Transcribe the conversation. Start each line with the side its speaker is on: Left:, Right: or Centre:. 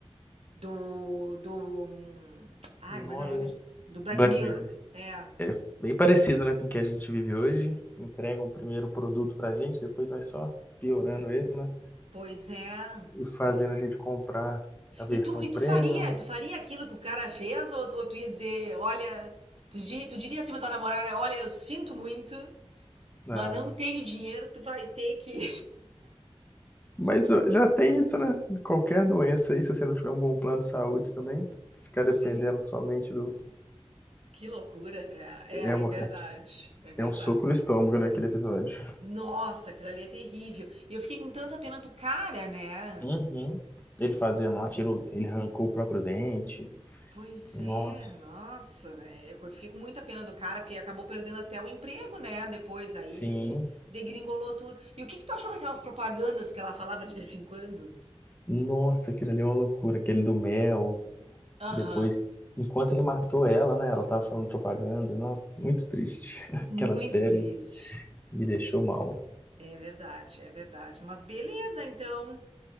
Right: Do, do... hum, Ai,
Left: Não,
Right: como é que é o
Left: eu...
Right: nome? Do Black
Left: Black
Right: Mirror.
Left: Mirror.
Right: É,
Left: É bem parecido né, com o que a gente vive hoje. Entrega um primeiro produto pra gente, depois vai só piorando ele, né?
Right: pois é.
Left: E fazendo
Right: Ah.
Left: a gente comprar a versão
Right: E tu, e
Left: premium,
Right: tu faria, tu faria aquilo que o cara fez? Ou, ou tu ia dizer, olha... Tu, di- tu diria assim pra tua namorada, olha, eu sinto muito,
Left: né?
Right: mas não tenho dinheiro, tu vai ter que...
Left: Mas ó, já tem isso, né? Qualquer doença aí, se você não tiver um bom plano de saúde também, ficar
Right: <laughs> Sim.
Left: dependendo somente do.
Right: Que loucura, né? É,
Left: É, uma-
Right: é verdade. É verdade.
Left: é um soco no estômago naquele episódio.
Right: Nossa, aquilo ali é terrível. E eu fiquei com tanta pena do cara, né?
Left: Uhum. Ele fazendo lá, tirou, ele arrancou o próprio dente.
Right: Pois
Left: Nossa,
Right: é, nossa, é, eu fiquei com muita pena do cara, porque acabou perdendo até o emprego, né? Depois aí
Left: sim.
Right: degringolou tudo. E o que que tu achou daquelas propagandas que ela falava de vez em quando?
Left: Nossa, aquilo ali é uma loucura, aquele do mel.
Right: Aham.
Left: Depois, enquanto ele matou ela, né? Ela tava falando propaganda. Não, muito triste. <laughs> Aquela
Right: Muito
Left: série
Right: triste.
Left: me deixou mal.
Right: É verdade, é verdade. Mas beleza, então.